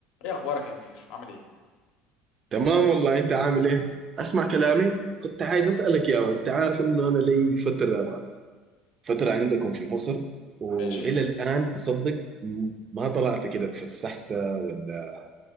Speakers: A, on the left; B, on the right.
A: ايه اخبارك يا كبير عامل ايه
B: تمام والله انت عامل ايه اسمع كلامي كنت عايز اسالك يا مان. انت عارف انه انا لي فتره فتره عندكم في مصر والى
A: ماشي
B: الان تصدق م- ما طلعت كده اتفسحت ولا